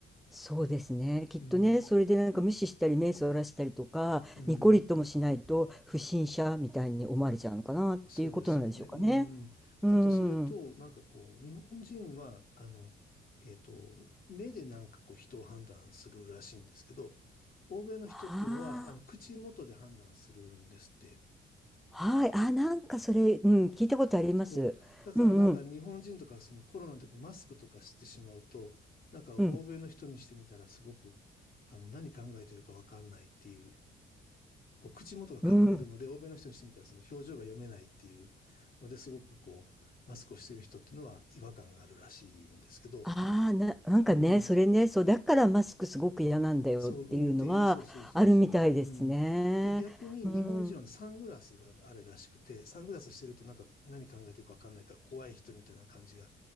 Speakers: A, in the centre; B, on the left.
A: そうですね。きっとね、
B: うん、
A: それでなんか無視したり目そらしたりとか、
B: うん。
A: ニコリともしないと不審者みたいに思われちゃうのかなっていうことなんでしょうかね。
B: そうですよね。うん。
A: うん。
B: あと、それと、なんかこう、日本人は、あの、えっと、目でなんかこう、人を判断するらしいんですけど、欧米の人っていうのは、
A: はあ。
B: あの、口元で判断するんですって。
A: はい。あ、なんかそれ、うん、聞いたことあります。
B: そう。だからなんか日本人とか、
A: うんうん。
B: そのコロナの時にマスクとかしてしまうと、なんか欧米の人にしてみたら、
A: うん。
B: すごく、あの、何考えてるかわかんないっていうこう口元が隠れるので、
A: うん。
B: 欧米の人にしてみたらその表情が読めないっていうのですごくこう、マスクをしている人っていうのは違和感があるらしいんですけど、
A: ああ、な、なんかね、
B: うん、
A: それね、そう、だからマスクすごく嫌なんだよっていうのはあるみたいですね。
B: そう、うんっていう、そうそうそうそう、うん。で、逆に日本人はサングラスがあるらしくて、
A: うん。
B: サングラスしてるとなんか何考えてるかわかんないから怖い人みたいな感じが